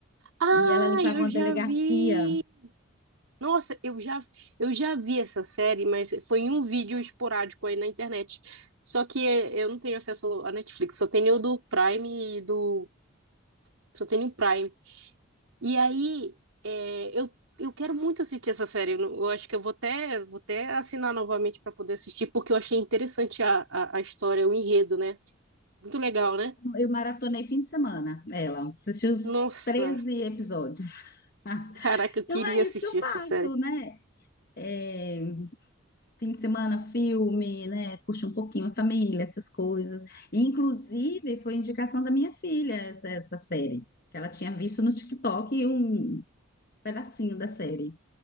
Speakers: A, on the right (about 80°); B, on the left (about 45°).
A: Ah,
B: e ela limpava
A: eu
B: uma
A: já
B: delegacia.
A: vi. Nossa, eu já, eu já vi essa série, mas foi em um vídeo esporádico aí na internet. Só que eu não tenho acesso à Netflix, só tenho o do Prime e do Só tem no Prime. E aí, é, eu, eu quero muito assistir essa série. Eu, não- eu acho que eu vou até, vou até assinar novamente para poder assistir, porque eu achei interessante a, a, a história, o enredo, né? Muito legal, né?
B: Eu maratonei fim de semana, ela. Assisti os
A: Nossa,
B: 13 episódios. <laughs>
A: caraca, eu queria
B: Então é
A: assistir
B: isso que eu faço,
A: essa série.
B: né? É, fim de semana, filme, né? Curte um pouquinho a família, essas coisas. Inclusive, foi indicação da minha filha essa, essa série, que ela tinha visto no TikTok um pedacinho da série.